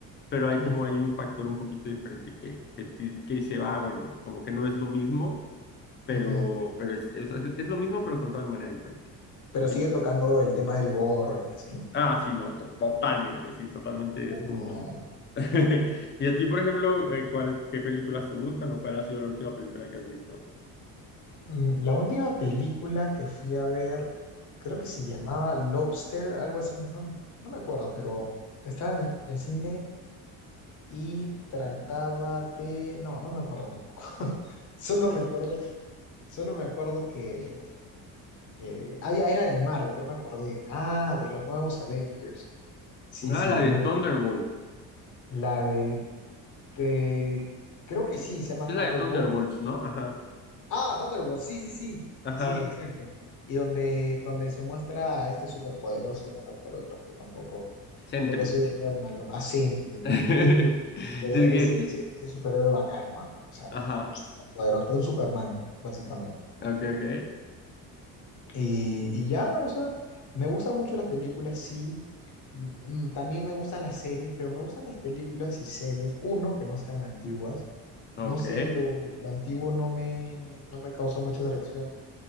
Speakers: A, on the left (about 30°); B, on the left (about 50°).
A: pero hay
B: ujú,
A: como hay un factor un poquito diferente que, que, ti- que dice, ah, bueno, como que no es lo mismo, pero,
B: ujú.
A: pero es, es, es es lo mismo, pero contado de manera diferente.
B: Pero
A: ¿Y
B: sigue tocando el tema del gore y así.
A: Ah, sí, no, to- totalmente, sí, totalmente
B: Uy,
A: es como...
B: no.
A: <laughs> ¿Y a ti, por ejemplo, eh, cuál, qué películas te gustan o cuál ha sido la última película que has visto?
B: Mm, La última película que fui a ver, creo que se llamaba Lobster, algo así, no, no me acuerdo, pero estaba en el cine y trataba de... No, no me acuerdo tampoco. <laughs> Solo me acuerdo, solo me acuerdo que, que... Ah, ya era de Marvel, ya me acordé. Ah, de los nuevos Avengers. Sí, sí,
A: Ah, la
B: ya
A: de
B: me acordé.
A: Thunderbolt.
B: La de, de- Creo que
A: Sí,
B: sí, se llama
A: sí
B: Thunderbolt.
A: es la de Thunderbolts, ¿no? Ajá,
B: Ah, Thunderbolt, sí, sí, sí.
A: ajá.
B: Sí, exacto. Y donde, donde se muestra a este superpoderoso, no me acuerdo el nombre tampoco,
A: Sentry.
B: porque soy re malo. A Sentry,
A: <laughs> Sí,
B: uy. Pero
A: es
B: ese,
A: que,
B: ese, ese superhéroe bacano, ah, O sea,
A: ajá.
B: poderoso, pero un Superman, básicamente.
A: Ok, ok.
B: Y, y ya, o sea, me gustan mucho las películas, sí. Mm, mm, También me gustan las series, pero me gustan las películas y series, uno, que no sean antiguas,
A: Ok.
B: No sé, lo, lo antiguo no me, no me causa mucha atracción.